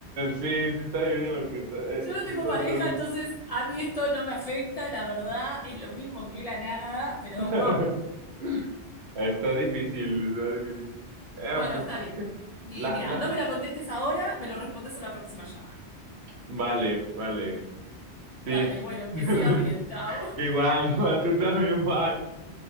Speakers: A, on the right (about 75°); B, on the left (about 55°).
A: sí, sí está difícil porque está, eh,
B: Yo
A: eh,
B: no
A: justo
B: tengo pareja,
A: está,
B: entonces a mí esto no me afecta, la verdad, es lo mismo que la nada, pero
A: <laughs>
B: wow.
A: está difícil, está difícil. Eh,
B: Bueno,
A: pues
B: está
A: es
B: bien.
A: que
B: Y
A: la,
B: mira,
A: la,
B: no me la contestes ahora, me lo respondes a la próxima llamada.
A: vale, vale,
B: Dale,
A: sí.
B: bueno,
A: <laughs>
B: que sigas bien, chao.
A: Igual, igual, tú también, bye.